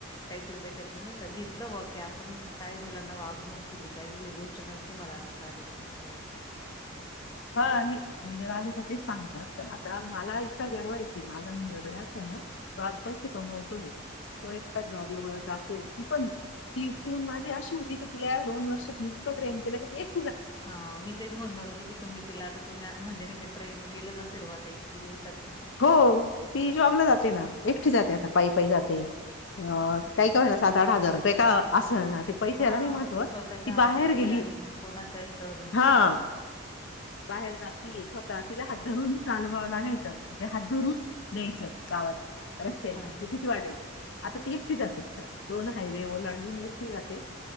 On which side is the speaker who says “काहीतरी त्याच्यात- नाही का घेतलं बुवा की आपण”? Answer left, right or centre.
Left